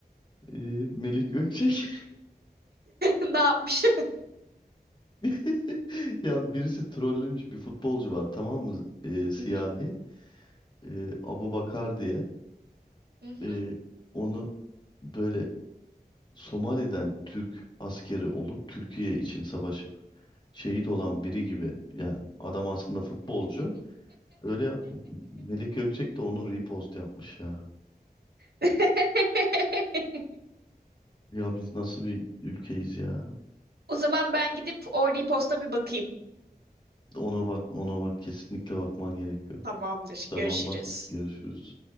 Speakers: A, on the left; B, on the right.
A: Ee, Melik Gökçek.
B: Ne yapmış?
A: <laughs> Ya birisi trollemiş bir futbolcu var tamam mı? Ee, siyahi.
B: <laughs> Hı hı,
A: Ee, Abu Bakar diye.
B: hı hı.
A: e, onu böyle Somali'den Türk askeri olup Türkiye için savaşıp şehit olan biri gibi yani adam aslında futbolcu. Öyle yap- Melik Gökçek de onu repost yapmış ya.
B: <laughs>
A: Ya biz nasıl bir ülkeyiz ya.
B: O zaman ben gidip Orly Post'a bir bakayım.
A: Ona bak, ona bak kesinlikle bakman gerekiyor.
B: Tamamdır.
A: Tamam
B: Görüşürüz.
A: bak görüşürüz.